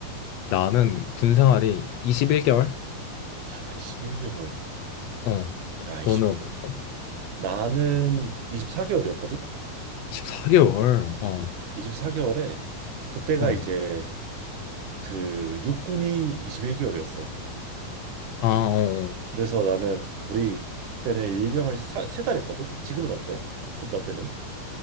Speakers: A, on the left; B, on the right.
A: 나는 군 생활이 21개월.
B: 아, 21개월.
A: 어,
B: 야,
A: 너는 어땠어?
B: 나는 24개월이었거든?
A: 24개월. 어,
B: 24개월에 그때가
A: 어.
B: 이제 그 육군이 21개월이었어.
A: 아, 어.
B: 그래서 나는 우리 때는 일병을 사, 세 달 했거든? 지금은 어때? 그- 너 때는?